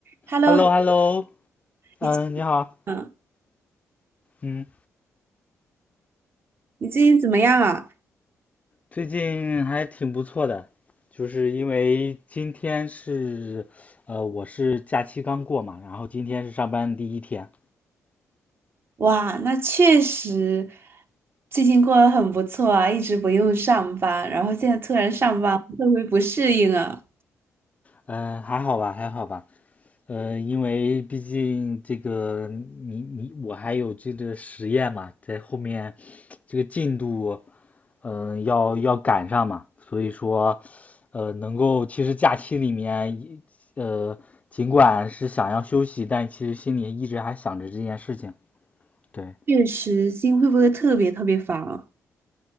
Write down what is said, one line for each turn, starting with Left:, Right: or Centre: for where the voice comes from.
Right: Hello，
Left: h e l l o h e l l o 嗯，
Right: 你
Left: 你好，
Right: 嗯，
Left: 嗯，
Right: 你最近怎么样啊？
Left: 最近还挺不错的，就是因为今天是，呃，我是假期刚过嘛，然后今天是上班第一天，
Right: 哇，那确实，最近过得很不错啊，一直不用上班，然后现在突然上班，会不会不适应啊？
Left: 嗯，还好吧，还好吧。呃，因为毕竟这个你你我还有这个实验嘛，在后面这个进度，嗯、要要赶上嘛，所以说，呃，能够其实假期里面呃，尽管是想要休息，但其实心里一直还想着这件事情。对，
Right: 确实，心会不会特别特别烦啊？